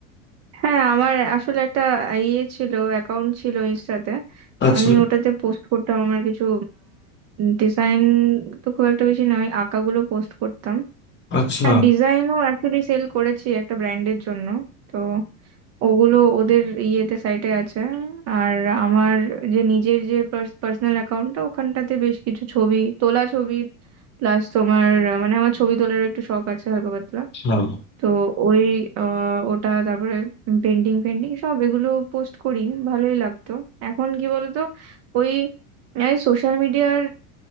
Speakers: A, on the right; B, on the left.
A: হ্যাঁ আমার আসলে একটা ইয়ে ছিল অ্যাকাউন্ট ছিল ইনস্টাতে
B: আচ্ছা
A: আমি ওটাতে পোস্ট করতাম আমার কিছু ডিজাইন তো খুব একটা বেশি নয় আঁকাগুলো পোস্ট করতাম
B: আচ্ছা
A: হ্যাঁ ডিজাইনও অ্যাকচুয়ালি সেল করেছি একটা ব্র্যান্ডের জন্য তো ওগুলো ওদের ইয়েতে সাইটে আছে আর আমার যে নিজের যে পার্সোনাল অ্যাকাউন্টটা ওখানটাতে বেশ কিছু ছবি তোলা ছবি প্লাস তোমার আহ, মানে আমার ছবি তোলার একটু শখ আছে হালকা পাতলা
B: আচ্ছা
A: তো ওই আহ, ওটা তারপরে পেন্টিং পেন্টিং সব এগুলো পোস্ট করি ভালোই লাগতো এখন কি বলতো ওই সোশ্যাল মিডিয়ার